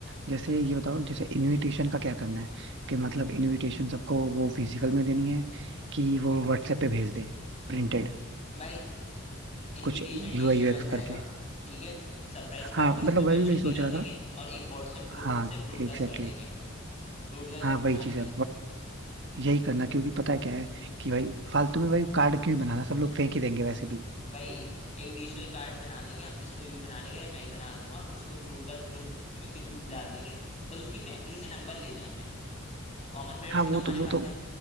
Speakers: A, on the right; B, on the left.
A: जैसे ये बताओ जैसे इनविटेशन का क्या करना है कि मतलब इनविटेशन सबको वो फिजिकल में देनी है कि वो व्हाट्सएप पे भेज दे प्रिंटेड
B: भाई इनविटेशन
A: कुछ यूआई
B: डिजिटल
A: यूएक्स
B: बन जाएगा
A: करके
B: ठीक है सरप्राइज
A: हाँ
B: पार्टी
A: मतलब
B: उसमें मेंशन
A: वही वही सोच
B: भी कर
A: रहा
B: देंगे
A: था
B: और एक व्हाट्सएप ग्रुप
A: हाँ
B: से
A: एग्जैक्टली
B: ब्रॉडकास्ट
A: exactly.
B: कर देंगे ब्रॉडकास्ट
A: हाँ
B: ग्रुप
A: वही
B: बना
A: चीज
B: लेंगे
A: है यही करना क्योंकि पता है क्या है कि भाई फालतू में भाई कार्ड क्यों बनाना सब लोग फेंक ही देंगे वैसे भी
B: भाई एक डिजिटल कार्ड बना देंगे हम में से कोई भी बना लेगा या मैं ही बना दूंगा उसको ब्रॉडकास्ट ग्रुप के थ्रू डाल देंगे बस उसकी फैमिली से नंबर लेने हैं हमें कॉमन फ्रेंड्स
A: हाँ
B: के तो
A: वो
B: हमारे
A: तो वो तो
B: पास हैं